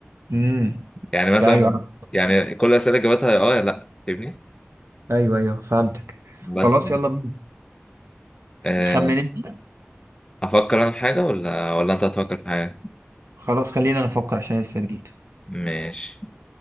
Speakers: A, on the right; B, on the left.
A: امم
B: يعني مثلا
A: ايوه عرفت
B: يعني كل الاسئله جاوبتها يا اه يا لا فاهمني
A: ايوه ايوه فهمتك
B: بس
A: خلاص يلا بينا
B: آه،
A: تخمن انت
B: افكر انا في حاجه ولا ولا انت هتفكر في حاجه
A: خلاص خلينا نفكر عشان لسه جديد
B: ماشي